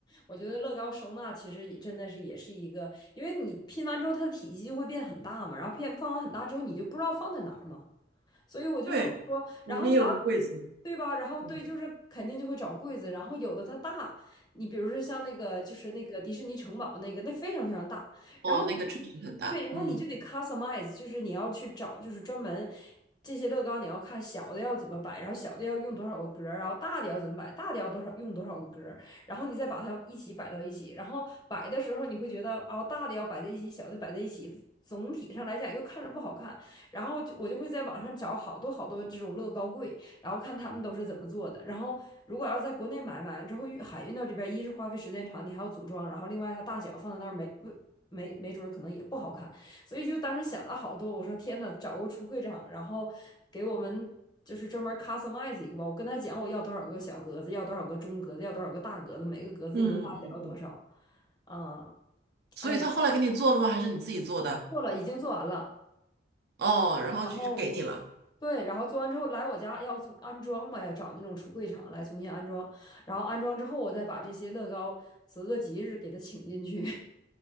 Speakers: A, on the left; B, on the right.
A: 我觉得乐高收纳其实也真的是也是一个，因为你拼完之后它的体积就会变很大嘛，然后变放完很大之后你就不知道放在哪儿嘛。所以我就说，
B: 对，我们也有个柜子。
A: 然后你要是对吧？然后对，
B: 嗯，
A: 就是肯定就会找柜子，然后有的它大，你比如说像那个就是那个迪士尼城堡那个，那非常非常大，
B: 哦，
A: 然后你就得对，
B: 那个确实很大。
A: 然后你就得
B: 嗯
A: customize，就是你要去找，就是专门这些乐高你要看小的要怎么摆，然后小的要用多少个格儿然后大的要怎么摆，大的要多少用多少个格儿然后你再把它一起摆到一起，然后摆的时候你会觉得哦，大的要摆在一起，小的摆在一起，总体上来讲又看着不好看。然后就我就会在网上找好多好多这种乐高柜，然后看他们都是怎么做的。然后如果要在国内买，买完之后运海运到这边，一是花费时间长，你还要组装，然后另外它大小放在那儿没没没准儿可能也不好看，所以就当时想了好多。我说天呐，找个橱柜厂，然后给我们就是专门 customize 一个吧。我跟他讲我要多少个小格子，要多少个中格子，要多少个大格子，每个格子的大小要多少。
B: 嗯嗯嗯。
A: 啊、
B: 所以他后来给你做了吗？
A: 哎，
B: 还是你自己做的？
A: 做了，已经做完了。
B: 哦，然后就给你了。
A: 然后对，然后做完之后来我家要从安装嘛，要找那种橱柜厂来重新安装，然后安装之后我再把这些乐高择个吉日给他请进去。